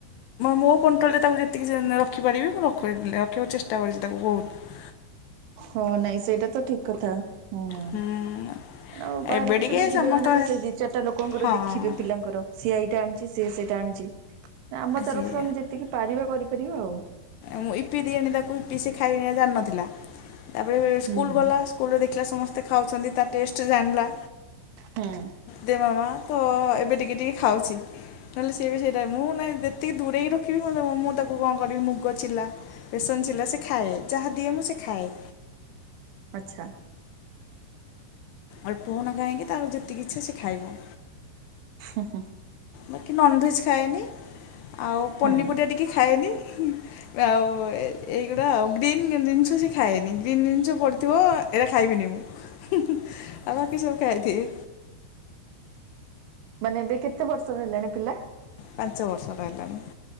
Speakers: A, on the left (about 80°); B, on the right (about 85°).
A: ମୋ କନ୍ଟ୍ରୋଲ୍ ରେ ମୁ ଯେତିକି ଚାହିଁଲେ କରିପାରିବି ମୁଁ ରଖୁ କି ଆକୁ ଚେଷ୍ଟା କରୁଚି ତାକୁ ବୋହୁଙ୍କ।
B: ହଁ ନାଇଁ ସେଇଟା ତ ଠିକ୍ କଥା, ହୁଁ।
A: ହୁଁ,
B: ଆଉ ବାହାରକୁ
A: ଏବେ ଟିକେ
B: ପିଲେ ଯିବେ
A: ସମସ୍ତ
B: ମାନେ ତ ସେଇ ଦି ଚା ତ ଲୋକଙ୍କର
A: ହଁ
B: ଦେଖିବେ ପିଲାଙ୍କର ସିଏ ଏଇଟା ଆଣିଚି, ସିଏ ସେଇଟା ଆଣିଚି, ଆମ
A: ସିଏ
B: ତରଫରୁ ଆମେ ଯେତିକି ପାରିବା କରିପାରିବା ଆଉ।
A: ମୁଁ ଇପି ଦିଏନି ତାକୁ ଇପି ସେ ଖାଇ ଜାଣିନଥିଲା, ତାପରେ ସ୍କୁଲ
B: ହୁଁ ହୁଁ।
A: ଗଲା। ସ୍କୁଲରେ ଦେଖିଲା ସମସ୍ତେ ଖାଉଛନ୍ତି ତା ଟେଷ୍ଟ୍ ଜାଣିଲା।
B: ହୁଁ
A: ଦେ ମାମା ତ ଏବେ ଟିକେ ଟିକେ ଖାଉଛି, ନହେଲେ ସିଏ ବି ସେଇଟା ମୁଁ ନାଇଁ ତେ ଦୂରେଇ ରଖିବି ମତେ ମୁଁ ତାକୁ କଁ କରିବି ମୁଁ ଚିଲା ବେସନ୍ ଚିଲା ସେ ଖାଏ ଯାହା ଦିଏ ମୁଁ ସେ ଖାଏ।
B: ଆଚ୍ଛା।
A: ଅଳ୍ପ ହୋଉନା କାାଇଁକି ତାର ଯେତିକି ଇଚ୍ଛା ସେ ଖାଇବ।
B: ହୁଁ ହୁଁ।
A: ବାକି ନନ୍ ଭେଜ୍ଜ୍ ଖାଏନି ଆଉ ପନିପରିବା
B: ହୁଁ
A: ଟିକେ ଖାଏନି। ଆଉ ଏଇଗୁଡା ଆଉ ଗ୍ରୀନ୍ ଜିନ୍ଷ ସେ ଖାଏନି ଗ୍ରୀନ୍ ଜିନିଷ ପଡ଼ିଥିବ। ଏରା ଖାଇବିନି ମୁଁ ଆଉ ବାକି ସବୁ ଖାଇ ଦିଏ।
B: ମାନେ ଏବେ କେତେ ବର୍ଷର ହେଲାଣି ପିଲା?
A: ପାଞ୍ଚ ବର୍ଷର ହେଲାଣି।